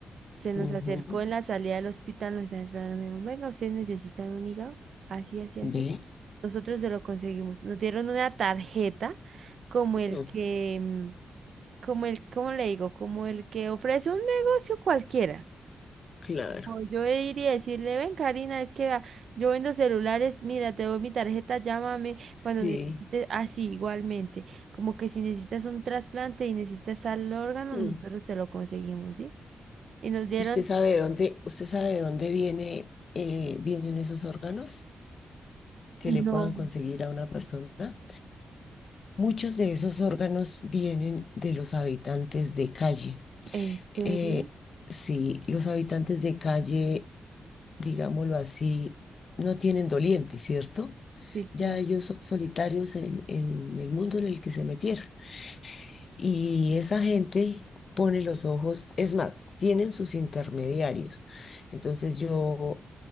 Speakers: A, on the right; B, on the left.
A: se nos
B: ujú,
A: acercó en la salida del hospital, nos estaban esperando, me dijeron, venga, ustedes necesitan un hígado, así, así, así.
B: ve,
A: Nosotros no lo conseguimos. Nos dieron una tarjeta como el
B: mm,
A: que, mm, como el, ¿cómo le digo? Como el que ofrece un negocio cualquiera.
B: claro,
A: O yo iría a decirle, ven Karina, es que vea, yo vendo celulares, mira, te doy mi tarjeta, llámame cuando
B: sí.
A: necesites, así igualmente. Como que si necesitas un trasplante y necesitas tal órgano,
B: mm.
A: nosotros te lo conseguimos, ¿sí? Y nos dieron,
B: ¿Y usted sabe de dónde, usted sabe de dónde viene, eh, vienen esos órganos que
A: no,
B: le puedan conseguir a una persona? Muchos de esos órganos vienen de los habitantes de calle.
A: ¿en serio?
B: Eh, sí, los habitantes de calle, digámoslo así, no tienen doliente, ¿cierto?
A: Sí,
B: Ya
A: claro.
B: ellos son solitarios en, en el mundo en el que se metieron. Y esa gente pone los ojos, es más, tienen sus intermediarios. Entonces yo